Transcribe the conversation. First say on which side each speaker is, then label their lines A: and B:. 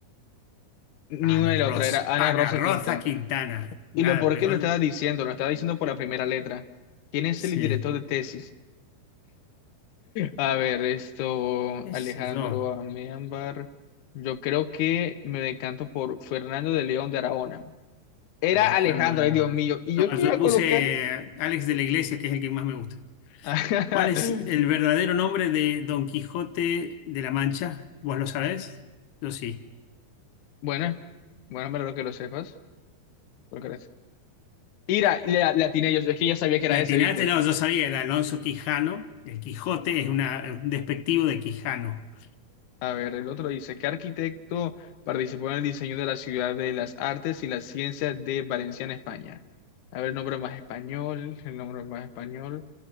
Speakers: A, on the left (about 65°); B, on the left (about 80°).
A: ni
B: Ana
A: una ni
B: Rosa,
A: la otra, era Ana
B: Ana
A: Rosa Quinta.
B: Rosa Quintana. Nada
A: Y lo por
B: peor.
A: qué lo estaba diciendo, lo estaba diciendo por la primera letra. ¿Quién es
B: Sí,
A: el director de tesis? A ver, esto,
B: qué
A: Alejandro
B: sé yo,
A: Améambar. Yo creo que me decanto por Fernando de León de Aragona. Era
B: Alejandra.
A: Alejandro, ay Dios
B: No,
A: mío. ¿Y yo qué
B: yo
A: iba a colocar?
B: puse eh, Alex de la Iglesia, que es el que más me gusta.
A: <laughs>
B: ¿Cuál es el verdadero nombre de Don Quijote de la Mancha? ¿Vos lo sabés? Yo sí.
A: Bueno, bueno, me que lo sepas. Lo que eres. Mira, le, le atiné yo, es que ya sabía que
B: La
A: era
B: atinaste,
A: ese, ¿viste?
B: no, yo sabía, era Alonso Quijano. El Quijote es una, un despectivo de Quijano. <laughs>
A: A ver, el otro dice, ¿qué arquitecto participó en el diseño de la Ciudad de las Artes y las Ciencias de Valencia en España? A ver, nombre más español, el nombre más español,